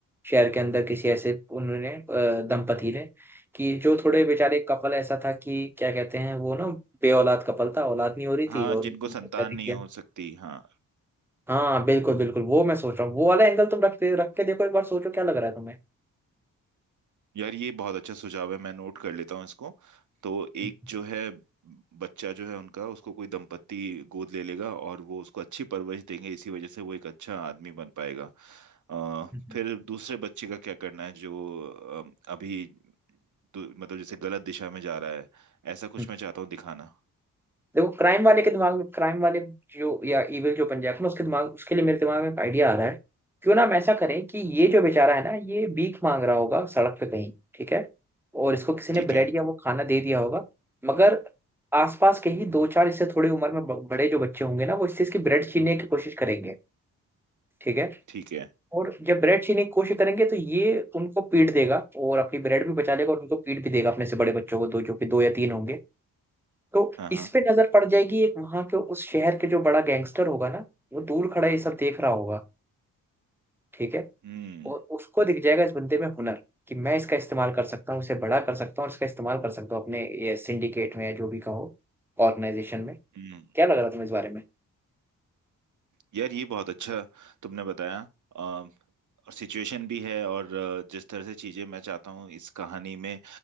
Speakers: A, in the centre; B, on the right.
A: शहर के अंदर किसी ऐसे उन्होंने अ, दंपति ने कि जो थोड़े बेचारे कपल ऐसा था कि क्या कहते हैं वो ना बे औलाद कपल था औलाद नहीं हो रही
B: हाँ
A: थी और उनको
B: जिनको संतान
A: बच्चा दिख
B: नहीं
A: गया
B: हो सकती हाँ
A: हाँ बिल्कुल बिल्कुल वो मैं सोच रहा हूँ वो वाला एंगल तुम रख रख के देखो एक बार सोचो क्या लग रहा है तुम्हें
B: यार ये बहुत अच्छा सुझाव है मैं नोट कर लेता हूँ इसको तो एक
A: हम्म,
B: जो है बच्चा जो है उनका उसको कोई दंपत्ति गोद ले लेगा और वो उसको अच्छी परवरिश देंगे इसी वजह से वो एक अच्छा आदमी बन पाएगा अ,
A: हम्म,
B: फिर दूसरे बच्चे का क्या करना है जो अ, अभी दु- मतलब जैसे गलत दिशा में जा रहा है ऐसा कुछ
A: हम्म।
B: मैं चाहता हूँ दिखाना
A: देखो क्राइम वाले के दिमाग में क्राइम वाले जो या इविल जो बन जाएगा ना उसके दिमाग उसके लिए मेरे दिमाग में एक आइडिया आ रहा है क्यों ना हम ऐसा करें कि ये जो बेचारा है ना ये भीख मांग रहा होगा सड़क पे कहीं ठीक है और इसको किसी ने
B: ठीक
A: ब्रेड
B: है
A: या वो खाना दे दिया होगा मगर आसपास के ही दो चार इससे थोड़ी उम्र में ब- बड़े जो बच्चे होंगे ना वो इससे इसकी ब्रेड छीनने की कोशिश करेंगे ठीक है
B: ठीक है
A: और जब ब्रेड छीनने की कोशिश करेंगे तो ये उनको पीट देगा और अपनी ब्रेड भी बचा लेगा और उनको पीट भी देगा अपने से बड़े बच्चों को दो जो कि दो या तीन होंगे तो
B: हाँ हाँ
A: इस पे नजर पड़ जाएगी एक वहां के उस शहर के जो बड़ा गैंगस्टर होगा ना वो दूर खड़ा ये सब देख रहा होगा ठीक है
B: हम्म
A: और उसको दिख जाएगा इस बंदे में हुनर कि मैं इसका इस्तेमाल कर सकता हूँ इसे बड़ा कर सकता हूँ और इसका इस्तेमाल कर सकता हूँ अपने ये सिंडिकेट में या जो भी कहो ऑर्गेनाइजेशन में
B: हम्म
A: क्या लग रहा तुम्हें इस बारे में
B: यार ये बहुत अच्छा तुमने बताया और सिचुएशन भी है और अ, जिस तरह से चीजें मैं चाहता हूँ इस कहानी में